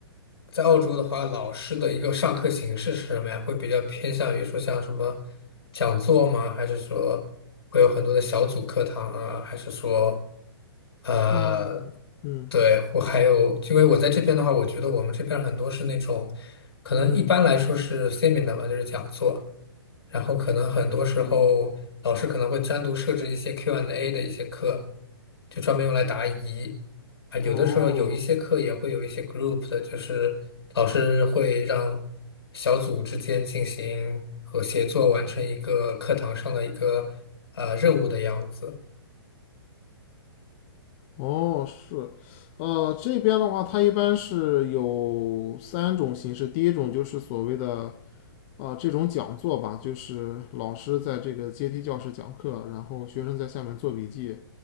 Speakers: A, on the left; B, on the left.
A: 在澳洲的话，老师的一个上课形式是什么呀？会比较偏向于说像什么讲座吗？还是说会有很多的小组课堂啊？还是说呃，
B: 啊，嗯
A: 对，我还有，因为我在这边的话，我觉得我们这边很多是那种可能一般来说是
B: 嗯
A: seminar 嘛，就是讲座。然后可能很多时候老师可能会单独设置一些
B: 嗯，
A: Q&A 的一些课，就专门用来答疑。啊，有的时候有一些课也会有一些
B: 哦
A: group 的，就是老师会让小组之间进行和协作，完成一个课堂上的一个呃任务的样子。
B: 哦，是，呃，这边的话，它一般是有三种形式。第一种就是所谓的呃这种讲座吧，就是老师在这个阶梯教室讲课，然后学生在下面做笔记，